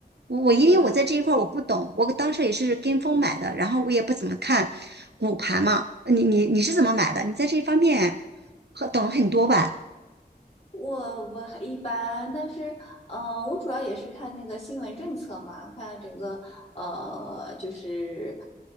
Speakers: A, on the right; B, on the left.
A: 我我因为我在这一块儿我不懂，
B: 对呀，
A: 我当时也是跟风买的，然后我也不怎么看股盘嘛。你你你是怎么买的？你在这方面很懂很多吧？
B: 我我还一般，但是，嗯，我主要也是看那个新闻政策嘛，看整个，呃，就是，